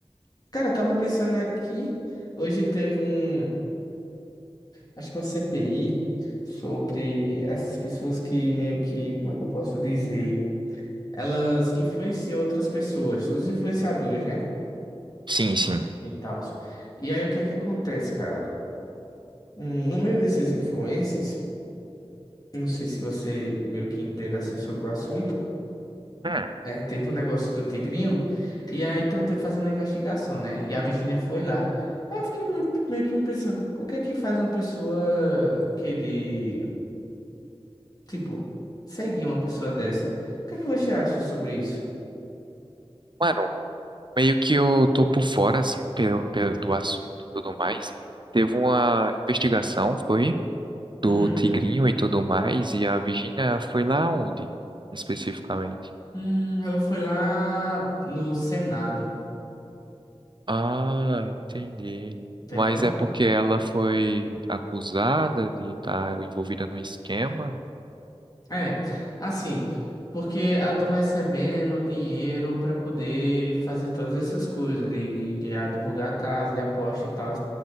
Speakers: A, on the left (about 40°); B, on the right (about 50°).
A: cara, eu tava pensando aqui, hoje teve um, acho que uma CPI sobre essas pessoas que meio que, como é que eu posso dizer? Elas influenciam outras pessoas, os influenciadores, né?
B: Sim, sim.
A: E tal. E aí, o que é que acontece, cara? Hum, No meio desses influencers. Não sei se você meio que entende assim sobre o assunto.
B: Hum,
A: É, teve um negócio do Tigrinho, e aí estão fazendo uma investigação, né? E a Virginia foi lá. Aí eu fiquei meio, meio que me pensando, o que é que faz uma pessoa querer, tipo, seguir uma pessoa dessa? O que é que você acha sobre isso?
B: mano, meio que eu tô por fora, assim, pelo, pelo do assunto e tudo mais. Teve uma investigação, foi, do
A: Uhum.
B: Tigrinho e tudo mais, e a Virginia foi lá onde, especificamente?
A: Hum, ela foi lá no Senado,
B: Ah, entendi.
A: entendeu?
B: Mas é porque ela foi acusada de estar envolvida no esquema?
A: É, assim, porque ela tava recebendo dinheiro para poder fazer todas essas coisas, de, de, de advogar a casa, de aposta e tal.